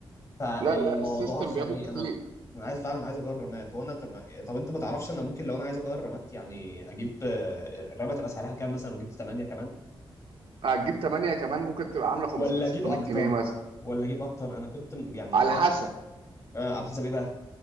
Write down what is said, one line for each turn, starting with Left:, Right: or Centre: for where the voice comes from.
Left: فالموضوع
Right: لا لا السيستم
Left: خاني
Right: بياخد كتير
Left: انا انا عايز فعلا عايز اغير الرامات هو انا طب, طب انت ما تعرفش انا ممكن لو انا عايز اغير الرامات يعني اجيب آه، الرامه تبقى سعرها كام مثلا لو جبت 8 كمان
Right: هتجيب 8 كمان ممكن تبقى عامله 500
Left: ولا
Right: 600
Left: اجيب اكتر
Right: جنيه مثلا
Left: ولا اجيب اكتر انا كنت م- يعني
Right: على حسب
Left: آه على حسب ايه بقى